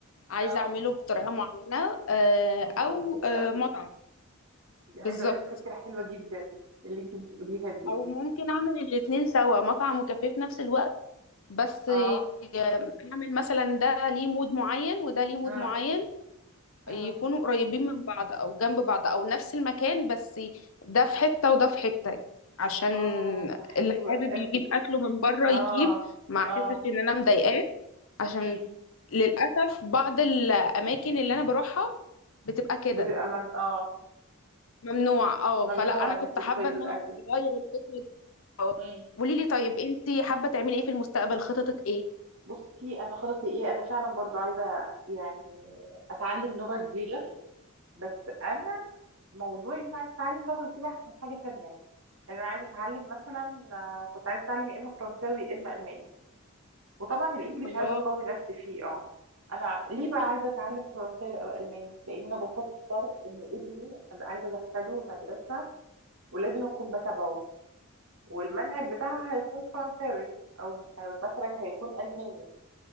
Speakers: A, on the left; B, on the right.
A: عايزة
B: اه
A: أعمله بطريقة معينة آه،
B: الله
A: أو
B: ده حلو
A: آه،
B: قوي
A: مطعم
B: دي عايزة
A: بالظبط
B: اقولك فكرة حلوة جدا اللي انت بتقوليها دي
A: أو ممكن أعمل الاتنين سوا مطعم وكافيه في نفس الوقت بس
B: اه
A: آه، أعمل مثلا ده ليه مود معين وده ليه مود
B: مم.
A: معين
B: مم.
A: يكونوا قريبين من بعض أو جنب بعض أو نفس المكان بس ده في حتة وده في حتة عشان
B: اه ده حلو
A: اللي حابب
B: قوي
A: يجيب أكله من بره
B: اه
A: يجيب ما أحسش
B: اه
A: إن أنا مضايقاه عشان
B: امم
A: للأسف بعض الأماكن اللي أنا بروحها بتبقى كده
B: بتبقى مم... اه
A: ممنوع اه
B: ممنوع
A: فلا انا
B: انك
A: كنت
B: تدخلي
A: حابه ان
B: بالاكل
A: انا اغير الفكره دي اه
B: امم
A: قولي لي طيب انت حابه تعملي ايه في المستقبل خططك ايه
B: بصي انا خططي ايه انا فعلا برضو عايزه يعني اتعلم لغه جديده بس انا موضوع ان انا عايزه اتعلم لغه جديده عشان حاجه تانية يعني انا عايزه اتعلم مثلا آه، كنت عايزه اتعلم يا اما فرنساوي يا اما الماني وطبعا الانجليش
A: الله
B: عايزه اقوي نفسي فيه اه انا ليه بقى عايزه اتعلم فرنساوي او الماني لان انا بفكر ان ابني ابقى عايزه ادخله مدرسه ولازم اكون بتابعه والمنهج بتاعها هيكون فرنساوي او أو مثلا هيكون الماني